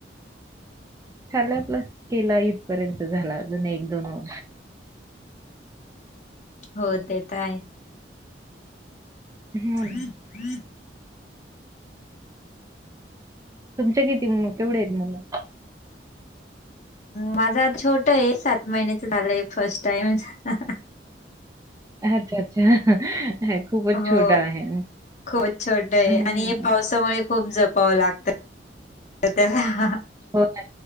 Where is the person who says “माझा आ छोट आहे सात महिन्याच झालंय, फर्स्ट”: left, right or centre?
Left